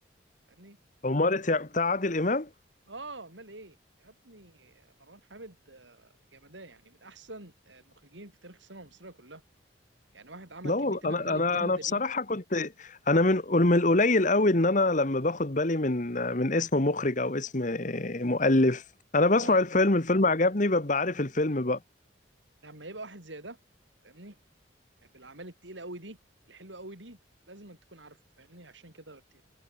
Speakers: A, on the right; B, on the left.
A: فاهمني
B: عمارة يع- بتاع عادل امام
A: اه امال ايه يا ابني مروان حامد آه، جمدان يعني من احسن آه، المخرجين في تاريخ السينما المصريه كلها يعني واحد عمل
B: لا
A: كميه
B: والله
A: الاعمال
B: انا انا
A: الجامده
B: انا بصراحه
A: دي
B: كنت انا من من القليل قوي ان انا لما باخد بالي من من اسم مخرج او اسم مؤلف انا بسمع
A: لا لا
B: الفيلم
A: لا
B: الفيلم عجبني ببقى عارف الفيلم بقى
A: لما يبقى واحد زي ده فاهمني يعني بالاعمال التقيله قوي دي الحلوه قوي دي لازم أن تكون عارفه فاهمني عشان كده قلت لك